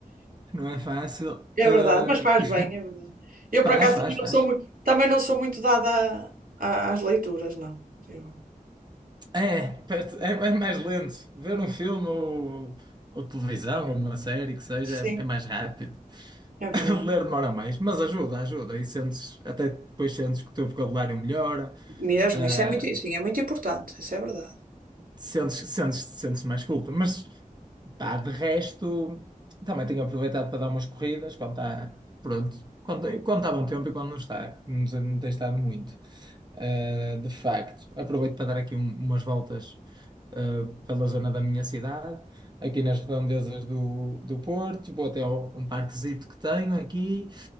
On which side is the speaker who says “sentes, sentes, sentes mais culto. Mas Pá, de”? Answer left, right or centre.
Right